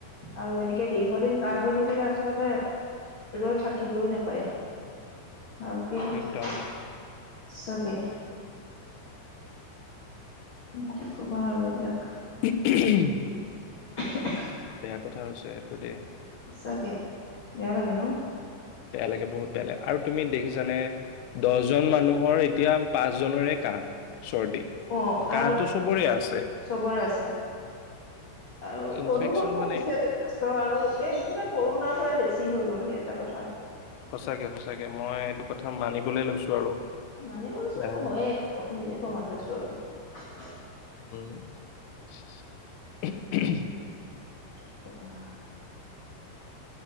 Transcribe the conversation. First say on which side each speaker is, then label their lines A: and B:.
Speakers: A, on the left; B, on the left.
A: আৰু এনেকে দীৰ্ঘদিন কাহ হৈ থাকিলে আচলতে ৰৈ থাকিবই নাপায়। <unintelligible>
B: একদম
A: চাগে। কি কবা আৰু এইবিলাক।
B: <unintelligible>
A: <inaudible>
B: বেয়া কথা হৈছে। <unintelligible>
A: সঁচাকৈ বেয়া লাগে ন।
B: বেয়া লাগে বহুত বেয়া লাগে আৰু তুমি দেখিছানে দহজন মানুহৰ এতিয়া পাঁচজনৰে কাহ। চৰ্দি
A: অ'
B: কাহটো
A: আৰু
B: চবৰে আছে
A: চবৰে আছে আৰু
B: ইনফেকচন
A: প্ৰদূষণো
B: মানে
A: হৈছে যথেষ্ট আৰু এই মুঠতে কৰোণাৰ পৰা বেছি হৈ গ গ'ল সেই এটা কথা।
B: সঁচাকে সঁচাকে মই এইটো কথা মানিবলে লৈছো আৰু।
A: মানিব লৈছো
B: লাহে
A: মানে
B: লাহে
A: হয়ে নিজে প্ৰমাণ পাইছো আৰু।
B: <unintelligible>
A: কি কবা।